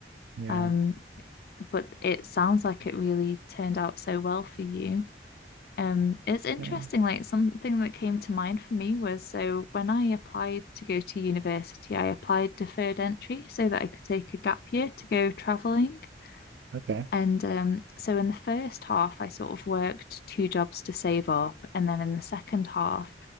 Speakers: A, on the right (about 70°); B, on the left (about 55°).
A: Yeah.
B: Um, but it sounds like it really turned out so well for you. Um, it's interesting,
A: Yeah.
B: like something that came to mind for me was so when I applied to go to university, I applied deferred entry so that I could take a gap year to go traveling.
A: Okay.
B: And um, so in the first half, I sort of worked two jobs to save up. And then in the second half,